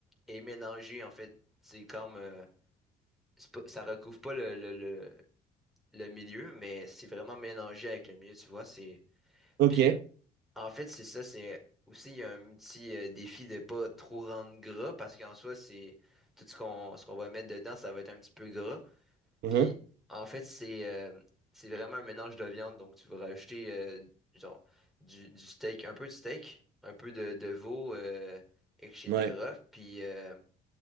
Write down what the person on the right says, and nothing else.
Ok.
Mhm.
Ouais.